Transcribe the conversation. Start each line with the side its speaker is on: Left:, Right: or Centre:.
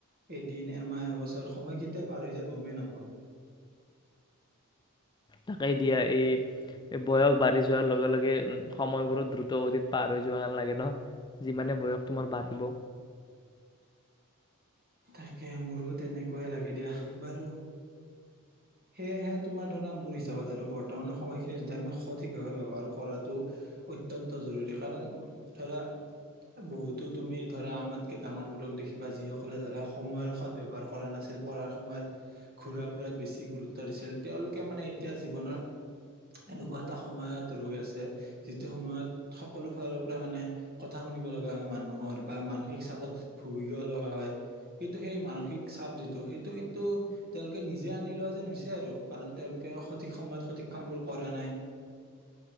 Right: এদিন এমাহ এবছৰ সময় কেতিয়া পাৰ হৈ যে গমেই নাপাও?
Left: তাকেই দিয়া এই বয়স বাঢ়ি যোৱাৰ লগে লগে উ সময়বোৰত দ্ৰুত গতিত পাৰ হৈ যোৱা যেন লাগে ন যিমানে বয়স তোমাৰ বাঢ়িব।
Right: তাকে মোৰো তেনেকুৱাই লাগে দিয়া বাৰু সেয়হে তোমাৰ ধৰা মোৰ হিচাপত আৰু বৰ্তমানৰ সময়খিনি য আমি সঠিক ভাৱে ব্যবহাৰ কৰাটো অত্যন্ত জৰুৰী কাৰণ ধৰা বহুতো তুমি ধৰা আমাতকে ডাঙৰবোৰক দেখিবা যিসকল। সকলে ধৰা সময়ৰ সৎ ব্যৱহাৰ কৰা নাছিল পঢ়াৰ সময়ত ঘূৰা ফুৰাত বেছি গুৰুত্ব দিছিল তেওঁলোকে মানে এতিয়া জীৱনৰ এনেকুৱা এটা সময়ত ৰৈ আছে যিটো সময়ত সকলো ফালৰ পৰা মানে কথা শুনিব লগা হয় মানুহৰ বা মানসিক চাপত ভুগগিব লগা হয়। কিন্তু সেই মানসিক চাপ যিটো সেইটো কিন্তু তেওঁলোকে নিজে আনি লোৱা যেন হৈছে আৰু কাৰণ তেওঁলোকে সঠিক সময়ত সঠিক কামবোৰ কৰা নাই?